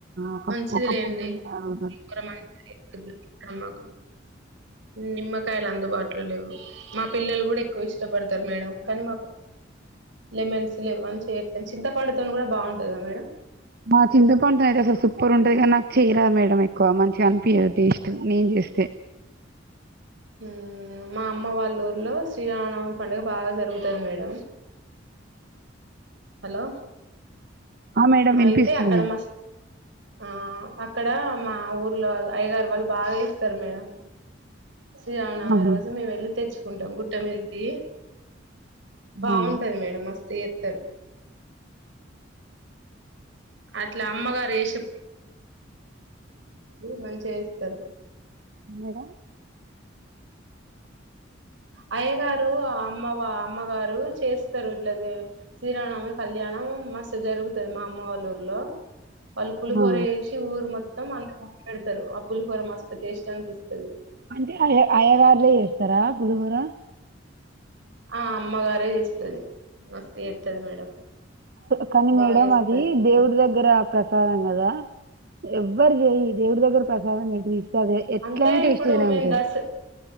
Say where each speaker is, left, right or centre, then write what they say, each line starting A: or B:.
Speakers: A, on the right (about 55°); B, on the right (about 70°).
A: ఒక
B: మంచిది
A: ఒక
B: లేండి
A: పూట తింటారు.
B: <inaudible> మన్ <inaudible> మాకు నిమ్మకాయలు అందుబాట్లో లేవ్. మా పిల్లలు కూడా ఎక్కువ్ ఇష్టపడతర్ మేడం కానీ మా <unintelligible> లెమన్స్సు లెవ్వని చె, <unintelligible> చింతపండుతోన్ కూడా బావున్టది కదా మేడం.
A: మా చింత పంన్తో అయితే అసల్ సూపరూన్టది కానీ, నాక్ చెయ్యరాదు మేడం ఎక్కువ మంచిగన్పియ్యదు టెస్టు నేన్ జేస్తే.
B: మ్ మా అమ్మ వాల్లూర్ల్లో శ్రీరామా నవమి పండుగ బాగా జరుగుతది మేడం. హలో
A: ఆ మేడం వినిపిస్తుంది
B: అయితే అక్కడ మస్ ఆ అక్కడ మా ఊర్లో <unintelligible> అయ్యగరు వాళ్ళు బాగ జేస్తారు మేడం. శ్రీరామానవమి
A: ఆహా
B: రోజు మేమ్వెళ్లి తెచ్చుకుంటాం గుట్ట మీద్ది బాగుంటది
A: ఆ
B: మేడం మస్త్ ఏత్తరు అట్లా అమ్మగారీ ఎస్సు <inaudible> మంచిగ చేస్తారు
A: మేడం
B: అయ్యగారు అమ్మవ అమ్మగారు చేస్తారు ఇట్లది శ్రీరామానవమి కళ్యాణం మస్తు జరుగుతది మా అమ్మ వాల్లూర్లో వళ్ళు పులిహోర
A: ఆ
B: ఎసి ఊరు మొత్తం, అ <unintelligible> పెడతారు ఆ పులిహోర మస్తు టేస్ట్ అనిపిస్తది.
A: అంటే అయ అయ్యగారులే చేస్తారా పులిహోర
B: ఆ అమ్మగారే చేస్తది మస్త్ చేస్తది మేడం
A: కానీ మేడం
B: బాగా చేస్తది
A: అది దేవుడి దగ్గర ప్రసాదం కదా ఎవ్వరు చేయి దేవుడి దగ్గర ప్రసాదం ఎ అదే ఎట్లానా
B: అంటే
A: టేస్టిగానే
B: ఇప్పుడు మేము
A: ఉంటది
B: దస